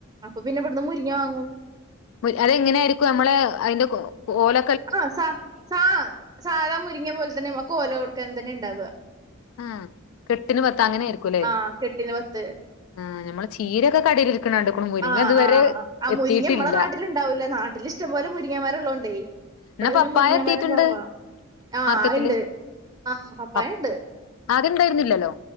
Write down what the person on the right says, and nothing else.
അപ്പൊ പിന്നെ ഇവിടുന്ന് മുരിങ്ങ വാങ്ങും
ആഹ് സാ സാ സാധാ മുരിങ്ങിയ പോലെ തന്നെമ്മകോല കൊടുക്കാൻ തന്നെ ഉണ്ട് ണ്ടാവുക
ആ കെട്ടിന് പത്ത്
ആഹ്
ആഹ് ആ
മുരിങ്ങ നമ്മളെ നാട്ടിലുണ്ടാവൂല നാട്ടിലിഷ്ടംപോലെ മുരിങ്ങമരള്ളോണ്ടേ ഇവിടെ
പിന്നെ
മുരിങ്ങ
മരം കുറവാ ആഹ്
ഉണ്ട് ആഹ് പപ്പായ
ഉണ്ട്